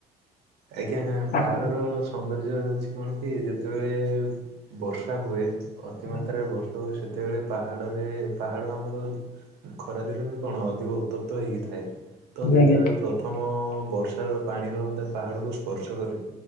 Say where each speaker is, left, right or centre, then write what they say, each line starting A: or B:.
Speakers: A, on the right; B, on the left.
A: ଆଜ୍ଞା
B: ପ୍ରାକୃତିକ
A: ପାହାଡର ସୌନ୍ଦର୍ଯ୍ୟ ହେଉଛି କଣ କି ଯେତେବେଳେ ବର୍ଷା ହୁଏ ଅତିମାତ୍ରାରେ
B: ଆଜ୍ଞା
A: ବର୍ଷ ଆଉ ସେତେବେଳେ ପାହାଡ଼ରେ ପାହାଡ଼ ଆମର ଖରାଦିନରେ କଣ ଅଧିକ ଉତ୍ତପ୍ତ ହେଇକିଥାଏ। ତ ଯେତେବେଳେ
B: ଆଜ୍ଞା
A: ପ୍ରଥମ ବର୍ଷାର ପାଣି ରହନ୍ତା ପାହାଡ଼କୁ ସ୍ପର୍ଶ କରେ